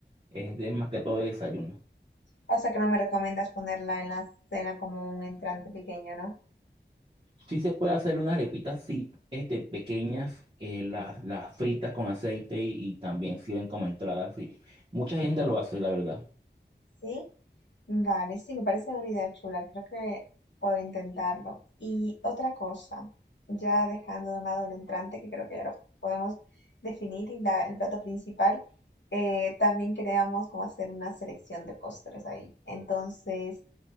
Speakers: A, on the right (about 30°); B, on the left (about 75°).
A: Es de más que todo de desayuno.
B: O sea que no me recomiendas ponerla en la cena como un entrante pequeño, ¿no?
A: Sí se puede hacer unas arepitas, sí, este, pequeñas, eh, las, las fritas con aceite y, y también sirven como entrada, sí. Mucha gente lo hace, la verdad.
B: Sí. Vale, sí, me parece una idea chula, creo que puedo intentarlo. Y otra cosa, ya dejando de un lado el entrante, que creo que ya lo podemos definir, y la- el plato principal, eh, también queríamos como hacer una selección de postres ahí. Entonces,